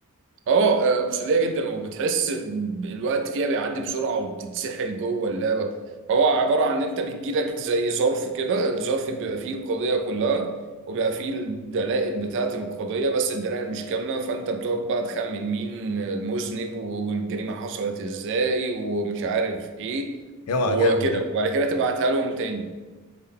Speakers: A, on the right (about 55°); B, on the left (about 75°).
A: اه آه، مسلية جدا وبتحس ب- الوقت فيها بيعدي بسرعة وبتتسحل جوه اللعبة هو عبارة عن ان انت بيجيلك زي ظرف كده الظرف بيبقى فيه القضية كلها وبيبقى فيه الدلائل بتاعة القضية بس الدلائل مش كاملة فانت بتقعد بقى تخمن مين المذنب والجريمة حصلت ازاي ومش عارف ايه
B: اوعى
A: وكده
B: جامد ده
A: وبعد كده تبعتها لهم تاني